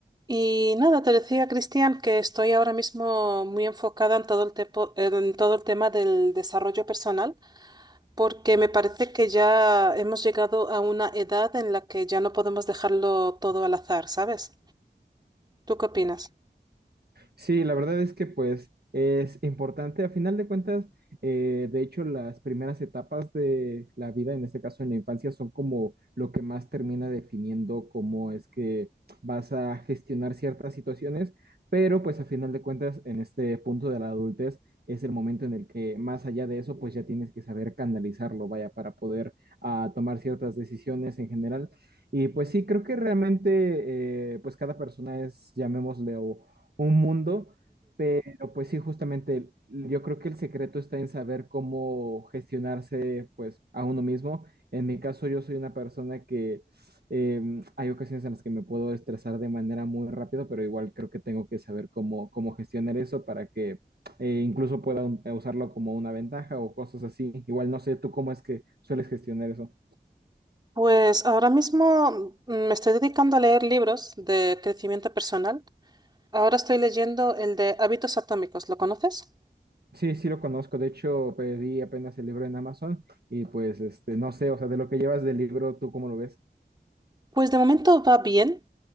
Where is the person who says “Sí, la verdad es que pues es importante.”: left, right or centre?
Right